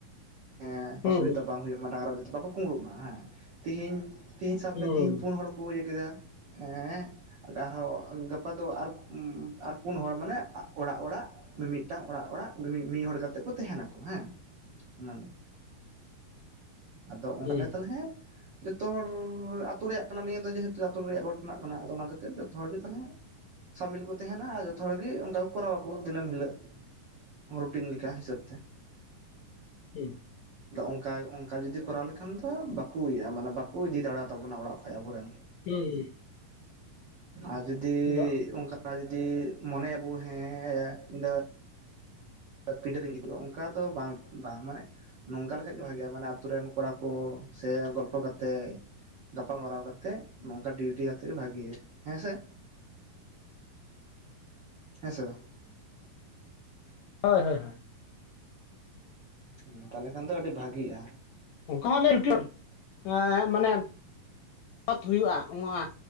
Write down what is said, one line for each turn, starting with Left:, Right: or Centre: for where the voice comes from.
Right: ᱮᱸ
Left: ᱦᱩᱸ
Right: ᱚᱥᱩᱵᱤᱫᱟ ᱵᱟᱝ ᱦᱩᱭᱩᱜ ᱢᱟ ᱰᱟᱝᱨᱟ ᱡᱟᱛᱮ ᱵᱟᱝᱠᱚ ᱠᱩᱢᱵᱲᱩᱜ ᱢᱟ ᱦᱮᱸ᱾ ᱛᱤᱦᱤᱧ ᱛᱦᱤᱧ ᱥᱟᱵ
Left: ᱦᱩᱸ
Right: ᱢᱮ ᱛᱦᱤᱧ ᱯᱩᱱ ᱦᱚᱲ ᱠᱚ ᱤᱭᱟᱹ ᱠᱮᱫᱟ᱾ ᱮᱸᱻ ᱟᱨᱦᱚᱸ ᱜᱟᱯᱟ ᱫᱚ ᱟᱨ ᱟᱨ ᱯᱩᱱ ᱦᱚᱲ ᱢᱟᱱᱮ ᱚᱲᱟᱜ ᱚᱲᱟᱜ᱾ ᱢᱤᱢᱤᱫᱴᱟᱝ ᱚᱲᱟᱜ ᱚᱲᱟᱜ ᱢᱤᱢᱤ ᱢᱤᱫ ᱦᱚᱲ ᱠᱟᱛᱮᱜ ᱠᱚ ᱛᱟᱦᱮᱱᱟᱠᱚ ᱦᱮᱸ᱾ ᱚᱱᱟᱜᱮ᱾ ᱟᱫᱚ ᱚᱱᱠᱟ
Left: ᱦᱩᱸ
Right: <unintelligible> ᱛᱟᱞᱦᱮ ᱦᱮᱸ᱾ ᱡᱚᱛᱚ ᱦᱚᱲᱻ ᱟᱹᱛᱩ ᱨᱮᱭᱟᱜ ᱠᱟᱱᱟ ᱱᱤᱭᱟᱹ ᱫᱚ᱾ ᱡᱮᱦᱮᱛᱩ ᱟᱹᱛᱩ ᱨᱮᱭᱟᱜ ᱜᱷᱚᱴᱚᱱᱟ ᱠᱟᱱᱟ, ᱟᱫᱚ ᱚᱱᱟ ᱠᱷᱟᱹᱛᱤᱨ ᱡᱚᱛᱚ ᱦᱚᱲ ᱜᱮ ᱛᱟᱞᱦᱮ ᱥᱟᱢᱤᱞ ᱠᱚ ᱛᱟᱦᱮᱱᱟ ᱟᱨ ᱡᱚᱛᱚ ᱦᱚᱲ ᱜᱮ ᱚᱱᱠᱟ ᱠᱚ ᱠᱚᱨᱟᱣᱟᱠᱚ ᱫᱤᱱᱟᱹᱢ ᱦᱤᱞᱳᱜ ᱨᱩᱴᱤᱱ ᱞᱮᱠᱟ ᱦᱤᱥᱟᱹᱵ ᱛᱮ᱾
Left: ᱦᱩᱸ᱾
Right: ᱟᱫᱚ ᱚᱱᱠᱟ ᱚᱱᱠᱟ ᱡᱩᱫᱤ ᱠᱚᱨᱟᱣ ᱞᱮᱠᱷᱟᱱ ᱫᱚ ᱵᱟᱠᱚ ᱤᱭᱟᱹᱜᱼᱟ, ᱢᱟᱱᱮ ᱵᱟᱠᱚ ᱤᱫᱤ ᱫᱟᱲᱮ ᱛᱟᱵᱚᱱᱟ ᱚᱲᱟᱜ ᱠᱷᱚᱡ ᱟᱵᱚᱨᱮᱱ᱾
Left: ᱦᱩᱸ
Right: ᱟᱨ ᱡᱩᱫᱤ
Left: ᱦᱩᱸ ᱵᱟ
Right: ᱚᱱᱠᱟ ᱟᱨ ᱡᱩᱫᱤ ᱢᱚᱱᱮᱭᱟᱵᱚ ᱦᱮᱸᱻ ᱤᱧ ᱫᱚ ᱯᱤᱰᱟᱹ ᱨᱤᱧ ᱜᱤᱛᱤᱡᱼᱟ ᱚᱱᱠᱟ ᱫᱚ ᱵᱟᱝ ᱵᱟᱝ ᱢᱟᱱᱮ ᱱᱚᱝᱠᱟ ᱞᱮᱠᱷᱟᱡ ᱜᱮ ᱵᱷᱟᱜᱮᱼᱟ, ᱢᱟᱱᱮ ᱟᱛᱳ ᱨᱮᱱ ᱠᱚᱲᱟ ᱠᱚ ᱥᱮ ᱜᱚᱞᱯᱷᱚ ᱠᱟᱛᱮᱜ᱾ ᱜᱟᱯᱟᱞᱢᱟᱨᱟᱣ ᱠᱟᱛᱮᱜ ᱱᱚᱝᱠᱟ ᱰᱤᱭᱩᱴᱤ ᱭᱟᱛᱮ ᱵᱷᱟᱹᱜᱤᱭᱟ, ᱦᱮᱸ ᱥᱮ᱾ ᱦᱮᱸ ᱥᱮ ᱵᱟᱝ᱾
Left: ᱦᱳᱭ ᱦᱳᱭ ᱦᱳᱭ᱾
Right: ᱦᱩᱸ᱾ ᱛᱟᱦᱞᱮ ᱠᱷᱟᱱ ᱫᱚ ᱟᱹᱰᱤ ᱵᱷᱟᱹᱜᱤᱜᱼᱟ᱾
Left: <unintelligible> ᱮ ᱢᱟᱱᱮ ᱯᱟᱹᱛ ᱦᱩᱭᱩᱜᱼᱟ᱾ ᱚᱱᱟ